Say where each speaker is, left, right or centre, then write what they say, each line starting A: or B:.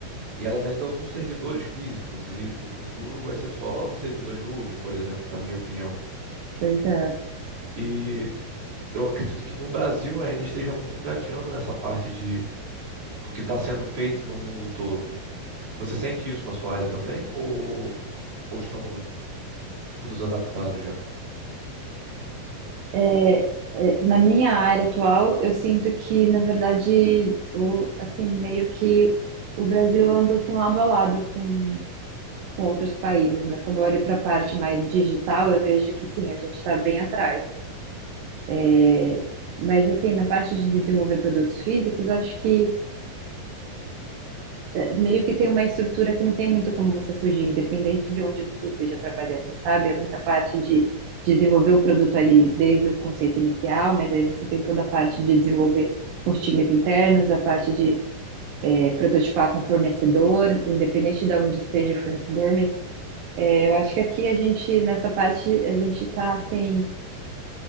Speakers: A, on the right (about 35°); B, on the right (about 80°).
A: E elas ainda usam servidores físicos, e o futuro vai ser só servidor em nuvem, por exemplo, na minha opinião.
B: pois é.
A: E eu acredito que no Brasil ainda esteja muito engateando nessa parte de, do que está sendo feito no mundo todo. Você sente isso na sua área também, ou, ou estão todos adaptados já?
B: É, é, na minha área atual, eu sinto que, na verdade, o, assim, meio que o Brasil anda assim lado a lado com, com outros países, mas quando eu olho para a parte mais digital, eu vejo que sim, a gente está bem atrás. É, mas assim, na parte de desenvolver produtos físicos, acho que é, meio que tem uma estrutura que não tem muito como você fugir, independente de onde você esteja trabalhando, sabe? É muita parte de desenvolver o produto ali desde o conceito inicial, mas aí você tem toda a parte de desenvolver com os times internos, a parte de é, prototipar com fornecedor, independente de onde esteja o fornecedor. Mas, é, eu acho que aqui a gente, nessa parte, a gente está assim,